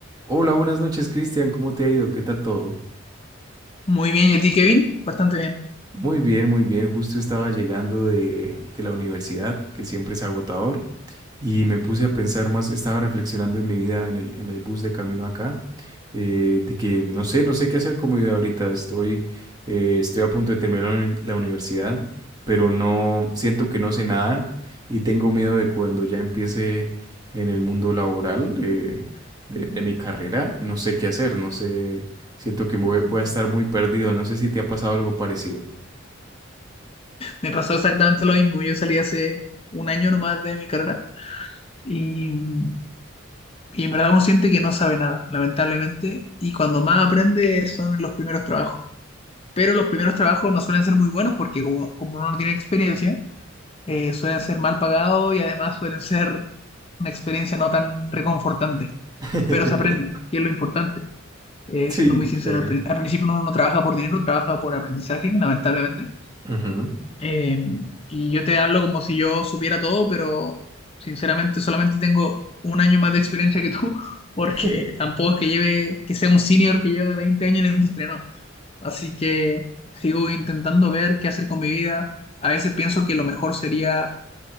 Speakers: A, on the right; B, on the left.
A: Hola, buenas noches, Cristian. ¿Cómo te ha ido? ¿Qué tal todo?
B: Muy bien, ¿y a ti, Kevin? Bastante bien.
A: Muy bien, muy bien. Justo estaba llegando de, de la universidad, que siempre es agotador, y me puse a pensar más, estaba reflexionando en mi vida en el, en el bus de camino acá, eh, de que no sé, no sé qué hacer con mi vida ahorita. Estoy, eh, estoy a punto de terminar la uni- la universidad, pero no siento que no sé nada y tengo miedo de cuando ya empiece en el mundo laboral eh, de, de mi carrera, no sé qué hacer, no sé, siento que me voy voy a estar muy perdido. No sé si te ha pasado algo parecido.
B: Me pasó exactamente lo mismo. Yo salí hace un año nomás de mi carrera y, mm, y en verdad uno siente que no sabe nada, lamentablemente. Y cuando más aprende son los primeros trabajos. Pero los primeros trabajos no suelen ser muy buenos porque como, como uno no tiene experiencia, eh, suelen ser mal pagados y además suelen ser una experiencia no tan reconfortante.
A: <laughs>
B: Pero se aprende, que es lo importante. Eh,
A: Sí,
B: siendo muy sincero,
A: claro.
B: al, pri- al principio uno no trabaja por dinero, trabaja por aprendizaje, lamentablemente
A: Ujú.
B: Eh, y yo te hablo como si yo supiera todo, pero sinceramente solamente tengo un año más de experiencia que tú, <laughs> porque
A: <laughs>
B: tampoco es que lleve, que sea un senior que lleva 20 años en la industria, no. Así que sigo intentando ver qué hacer con mi vida. A veces pienso que lo mejor sería